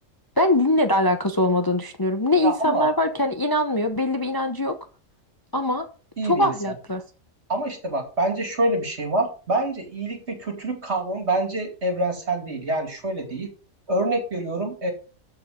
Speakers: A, on the left; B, on the right.
A: ben dinle de alakası olmadığını düşünüyorum. Ne
B: Ya
A: insanlar
B: ama
A: var ki hani inanmıyor, belli bir inancı yok ama
B: iyi
A: çok
B: bir insan.
A: ahlaklı.
B: Ama işte bak bence şöyle bir şey var. Bence iyilik ve kötülük kavramı bence evrensel değil. Yani şöyle değil. Örnek veriyorum.